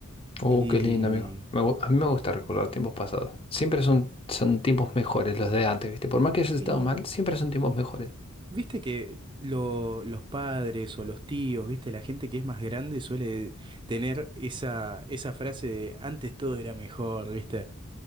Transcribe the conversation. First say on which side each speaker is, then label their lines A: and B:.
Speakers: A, on the left; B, on the right.
A: Oh,
B: y,
A: qué lindo, amigo. Me gu- a mí me gusta recordar tiempos pasados. Siempre son, son tiempos mejores los de antes, ¿viste? Por más que hayas estado
B: y
A: mal, siempre son tiempos mejores.
B: viste que lo- los padres o los tíos, viste, la gente que es más grande suele tener esa, esa frase de antes todo era mejor, viste.